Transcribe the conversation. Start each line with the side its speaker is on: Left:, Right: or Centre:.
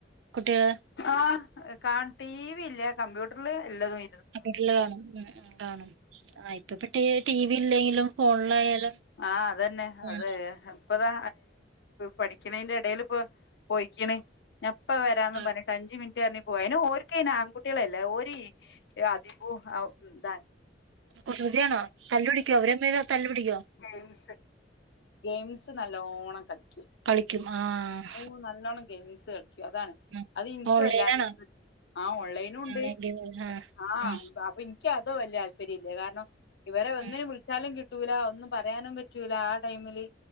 Right: കുട്ടികള്
Left: ആഹ ടി വി ഇല്ല കമ്പ്യൂട്ടറില് എല്ലാതും
Right: വീട്ടിൽ കാണും കാണും ആ ഇപ്പ ഇപ്പ ടി വി ഇല്ലെങ്കിലും ഫോണിലായാലും
Left: ആഹ് അതന്നെ
Right: ആ
Left: അത് ഇപ്പതാ പഠിക്കണന്റെ ഇടേൽ ഇപ്പോ പോയിക്ക്ണ് ഞാൻ ഇപ്പൊ വരാന്ന്
Right: ആ
Left: പറഞ്ഞിട്ട് അഞ്ചു മിനിറ്റ് റ്റ് പോയാ അയിന് ഓർക്കയിന് ആൺകുട്ട്യാളല്ലേ ഓര് അതികം എന്താണ്
Right: കുസൃതി ആണോ തല്ലു പിടിക്കോ അവര് തമ്മില് തല്ല് പിടിക്കോ
Left: ഗെയിംസ് ഗെയിംസ് നല്ലോണം കളിക്കും
Right: കളിക്കും ആഹ്
Left: ഓഹ് നല്ലോണം ഗെയിംസ് കളിക്കും അതാണ്
Right: ഉം
Left: അത് ഇനിക്ക്
Right: ഓൺലൈനാണോ
Left: വല്ലാണ്ട് ആഹ് ഓൺലൈനും ഇണ്ട്
Right: ഓൺലൈൻ ഗെയിം ആഹ്
Left: ആഹ
Right: ഉം
Left: പ്പ ക്ക്‌ അത് വല്യ താല്പര്യല്ല്യ കാരണം ഇവരെ ഒന്നിനും
Right: ഉം
Left: വിളിച്ചാലും കിട്ടൂല ഒന്നും പറയാനും പറ്റൂല്ല ആ ടൈമില്